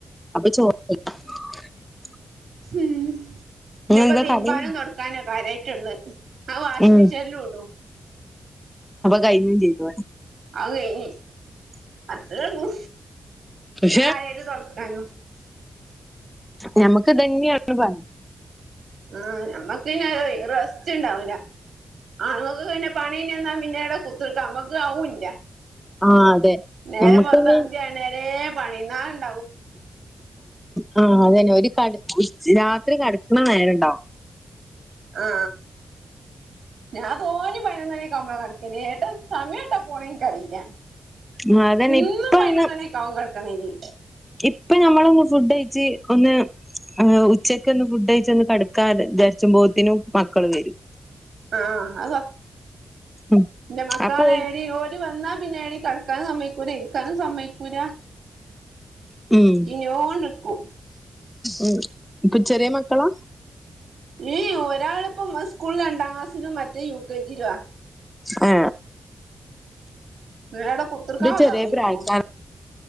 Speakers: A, in the centre; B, on the right.
A: അപ്പം ചോ <unintelligible>
B: ഉം ഇനിയപ്പോ
A: ഇന്നെന്താ
B: തിരുമ്പാനും
A: കറി?
B: തൊടക്കാനുവ കാര്യായിട്ടുള്ളെ ആ വാഷ്മിഷനിലും
A: ഉം
B: ഇടും
A: കഴിഞ്ഞ് ചെയ്ത് പണി
B: അത് കഴിഞ്ഞ് അത്രേ ഒള്ളു
A: പക്ഷെ
B: ഞാൻ കാര്യായിട്ട് തൊടക്കാനും
A: ഞമ്മക്ക് ഇതന്നെയാണ് പണി
B: ആ നമ്മക്ക് പിന്നെ റസ്റ്റ് ഉണ്ടാവൂല ആണുങ്ങക്ക് പിന്നെ പണി കഴിഞ്ഞ് വന്നാ പിന്നെ കുത്ത്ര്ക്ക നമ്മക്ക് അതുല്ല
A: ആഹ് അതെ.
B: നേരം
A: ഞമ്മക്കന്നെ
B: വെളുത്ത അന്തി ആവണ വരേ പണിന്നാ ഞാ
A: ആ അതന്നെ ഒരു കട് രാത്രി കെടക്കണ നേരണ്ടോ
B: ആ ഞാൻ തോന്നി പതിനൊന്നണിക്കാവുമ്പളാ കടക്കെ ഏട്ടാ സമയം ഏട്ടാ പോണെങ്കനിക്കറിയില്ല
A: ആഹ് അതന്നെ
B: എന്നും
A: ഇപ്പാണ്
B: പതിനൊന്ന് മണിയൊക്കെ ആവും കെടക്കണെങ്കി
A: ഇപ്പൊ ഞമ്മള് ഒന്ന് ഫുഡ് കഴിച്ച് ഒന്ന് ആ ഉച്ചക്ക് ഒന്ന് ഫുഡ് കഴിച്ചൊന്ന് കെടക്കാ വിചാരിച്ചാമ്പോത്തേനും മക്കള് വരും
B: ആ അതാ
A: ഉം
B: എന്റെ മക്കാണ്
A: അപ്പൊ
B: ഏടി ഓര് വന്നാ പിന്നെയാണി കെടക്കാനും സമ്മതിക്കൂല ഇരിക്കാനും സമ്മതിക്കൂല
A: ഉം
B: ചീഞ്ഞോണ്ട് നിക്കും
A: ഉം ഇപ്പൊ ചെറിയ മക്കളാ
B: ഏ എ ഒരാളിപ്പം ഉസ്കൂള് രണ്ടാം ക്ലാസ്സിലും മറ്റേത്ത് യു കെ ജിലും ആ
A: ആ
B: ഞ്ഞ് എവ്ടെ കുത്തിർക്കാൻ ഓര്
A: ചെറിയ
B: സമ്മതിക്കോ
A: പ്രായക്കാര